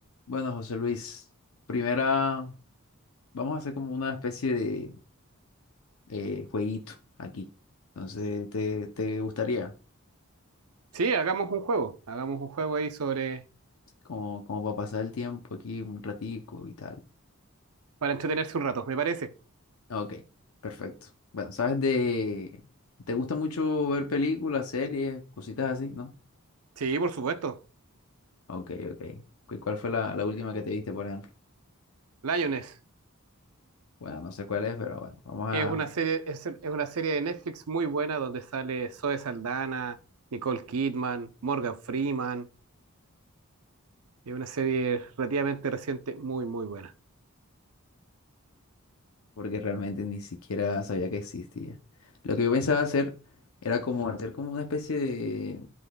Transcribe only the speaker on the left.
Bueno, José Luis, primera, vamos a hacer como una especie de eh, jueguito aquí. Entonces, ¿te, te gustaría?
Como, como para pasar el tiempo aquí un ratico y tal.
Ok, perfecto. Bueno, ¿sabes de... ¿Te gusta mucho ver películas, series, cositas así, no?
Ok, ok. ¿Cu- ¿Cuál fue la, la última que te viste, por ejemplo?
Bueno, no sé cuál es, pero bueno, vamos a...
porque realmente ni siquiera sabía que existía. Lo que yo pensaba hacer era como hacer como una especie de